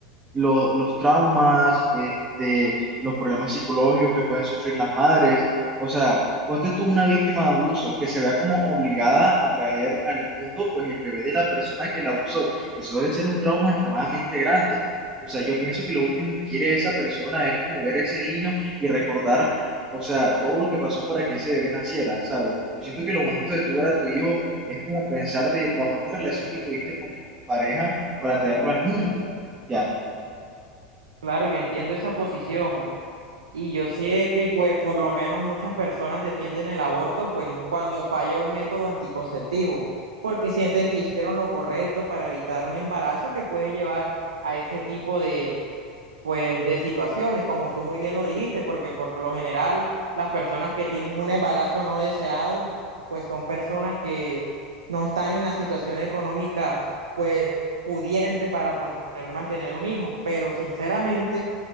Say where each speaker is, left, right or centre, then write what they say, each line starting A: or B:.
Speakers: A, on the right (about 20°); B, on the right (about 80°).
A: lo- los traumas, este, los problemas psicológicos que pueden sufrir las madres. O sea, ponte tú una víctima de abuso que se vea como obligada a traer al mundo pues el bebé de la persona que la abusó. Eso debe ser un trauma extremadamente grande. O sea, yo pienso que lo último que quiere esa persona es como ver a ese niño y recordar, o sea, todo lo que pasó para que ese bebé naciera, ¿sabes? Yo siento que lo bonito de tú ver a tu hijo es como pensar de la bonita relación que tuviste con tu pareja para traerlo al mundo. Ya.
B: Claro, yo entiendo esa posición y yo sé que pues por lo menos muchas personas defienden el aborto pues cuando falla un método anticonceptivo, porque sienten que hicieron lo correcto para evitar un embarazo que puede llevar a ese tipo de, pues de situaciones, como tú muy bien lo dijiste, porque por lo general las personas que tienen un embarazo no deseado, pues son personas que no están en la situación económica, pues pudiente para poner, mantener un hijo, pero sinceramente